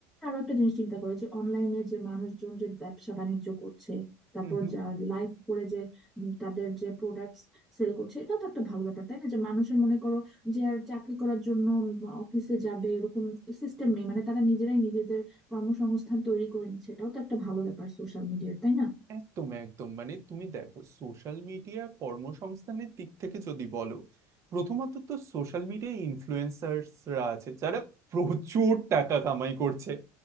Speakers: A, in the centre; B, on the right.
A: আরো একটা জিনিস চিন্তা করো যে অনলাইনে যে মানুষজন যে ব্যবসা বাণিজ্য করছে তারপর
B: হুম হুম
A: যা লাইভ করে যে উম, তাদের যে প্রোডাক্টস সেল করছে এটা তো একটা ভালো ব্যাপার তাই না যে মানুষের মনে করো যে আর চাকরি করার জন্য অফিসে যাবে এরকম সিস্টেম নেই মানে তারা নিজেরাই নিজেদের কর্মসংস্থান তৈরি করে নিচ্ছে এটাও তো একটা ভালো ব্যাপার সোশ্যাল মিডিয়ার তাই না
B: একদম একদম মানে তুমি দেখো সোশ্যাল মিডিয়া কর্মসংস্থানের দিক থেকে যদি বলো প্রথমত তো সোশ্যাল মিডিয়া ইনফ্লুয়েন্সার্সরা আছে যারা প্রচুর টাকা কামাই করছে